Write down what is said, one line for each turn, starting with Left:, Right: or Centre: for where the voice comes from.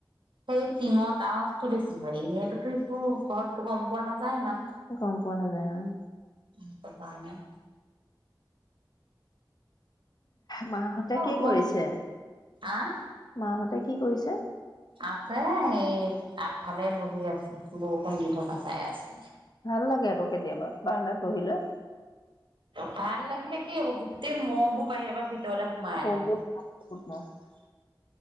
Right: সেই টিঙত আৱাজটো বেছ এনেইতো, এইবোৰ ঘৰটো গম পোৱা নাযায় ইমান।
Left: গম পোৱা নাযায় আৰু।
Right: তই পানে
Left: মাহ হতে কি
Right: ৰুম
Left: কৰিছে?
Right: আহ
Left: মাহ হতে কি কৰিছে।
Right: আছে, এই আগফালে বহি আছে, বৰষুণ দি থকা চাই আছে।
Left: ভাল লাগে আকৌ কেতিয়াবা, বাৰনাত বহিল লৈ।
Right: ভাল লাগিলে কি হ'ব, গোটেই মহবোৰ বাহিৰৰ পৰা ব ভিতৰলৈ সোমাই
Left: বহুত
Right: আছে।
Left: মহ, বহুত মহ,